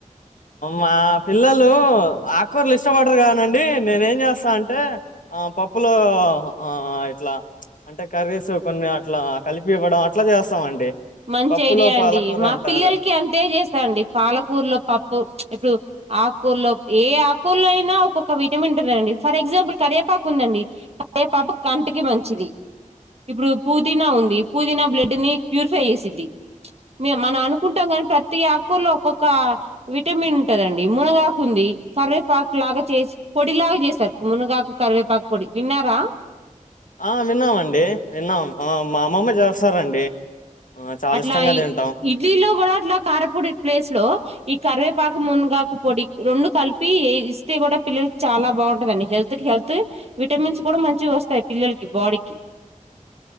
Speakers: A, on the left (about 70°); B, on the right (about 50°).
A: మా పిల్లలూ ఆకూర్లు ఇష్టపడరు కానండి నేనేం చేస్తా అంటే, ఆ పప్పులో ఆ ఇట్లా ప్చ్ అంటే కర్రీస్ కొన్ని అట్లా కలిపి ఇవ్వడం అట్లా చేస్తామండి.
B: మంచి
A: పప్పులో
B: ఐడియా అండీ,
A: పాలకూర
B: మా
A: అంటారు
B: పిల్లలకి అంతే చేస్తా అండి పాలక్ కూర్లో పప్పు ప్చ్ ఇప్పుడు ఆకూర్లో ఏ ఆకూర్లో అయినా ఒక్కొక్క విటమిన్ ఉంటదండి. ఫర్ ఎగ్జాంపుల్ కరేపాకు ఉందండి కరేపాకు కంటికి మంచిది. ఇప్పుడు పుదీనా ఉంది పుదీనా బ్లడ్ ని ఫ్యూరీ ఫ్ ఫై చేసిద్ది. ప్చ్ మేమ్ మనం అనుకుంటాం కాని ప్రతీ ఆకూర్లో ఒక్కొక్కా విటమిన్ ఉంటదండి. మునగాకు ఉందీ కరివేపాక్ లాగా చేస్ పొడిలాగా చేస్తరు, మునగాకు కరివేపాకు పొడి విన్నారా.
A: ఆ విన్నామండీ, విన్నాం ఆ మా అమ్మమ్మ చేస్తారండి. ఆ చాలా
B: అట్లా
A: ఇష్టంగా తింటాం
B: ఇడ్లీలో కూడ, అట్లా కారపూడి ప్లేస్ లో, ఈ కరవేప్ పాకు మున్నగాకు పొడి రెండు కలిపి ఇస్తే కూడా పిల్లలకి చాలా బాగుంటదండి. హెల్త్ కి హెల్త్ విటమిన్స్ కూడా మంచిగ వస్తాయి. పిల్లలకి బాడీకి